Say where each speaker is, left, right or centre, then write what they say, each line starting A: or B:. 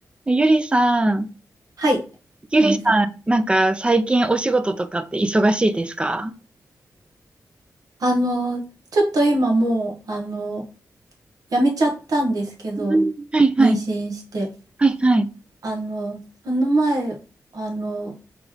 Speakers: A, on the right; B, on the right.
A: ゆりさん、
B: はい、
A: ゆりさん、
B: ハミさん。
A: なんか最近お仕事とかって忙しいですか
B: あの、ちょっと今もう、あの、やめちゃったんですけど、
A: うんはいはい、
B: 妊娠して。
A: はいはい。
B: あの、その前、あの、